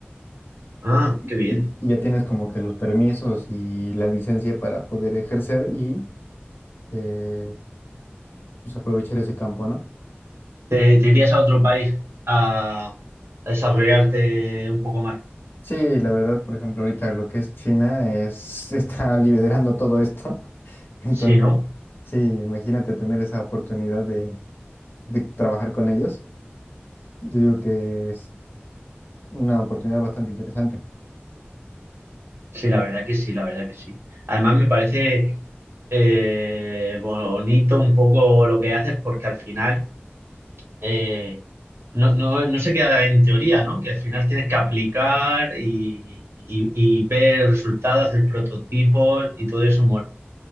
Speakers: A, on the right; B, on the left.
A: Ah,
B: Y,
A: qué bien.
B: y ya tienes como que los permisos y la licencia para poder ejercer y eh, pues aprovechar ese campo, ¿no?
A: ¿Te, te irías a otro país a, a desarrollarte un poco más?
B: Sí, la verdad, por ejemplo, ahorita lo que es China es, <laughs> está liderando todo esto. <laughs> Entonces,
A: Sí, ¿no?
B: sí, imagínate tener esa oportunidad de, de trabajar con ellos. Yo digo que es una oportunidad bastante interesante.
A: Sí, la verdad que sí, la verdad que sí. Además me parece eh, bonito un poco lo que haces porque al final eh, no, no, no se queda en teoría, ¿no? Que al final tienes que aplicar y, y, y ver resultados, hacer prototipos y todo eso mola.